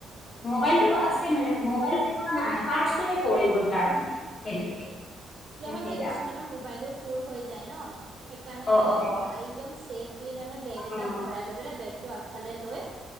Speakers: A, on the left (about 40°); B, on the right (about 45°).
A: মোবাইলটো আছে, মানে মোবাইল পেলোৱা নাই পাৰ্চটোহে পৰি গ'ল তাৰমানে তেনেকে।
B: নহয়,
A: সেয়া,
B: নহয়। কিছুমানৰ মোবাইলো চোৰ হৈ যায় ন। সেইকাৰণে
A: অ',
B: মানে
A: অ', অ',
B: একদম চেফলি মানে বেগ এটাত
A: উম,
B: ভৰাই লৈ পেলাই বেগটো আগফালে লৈ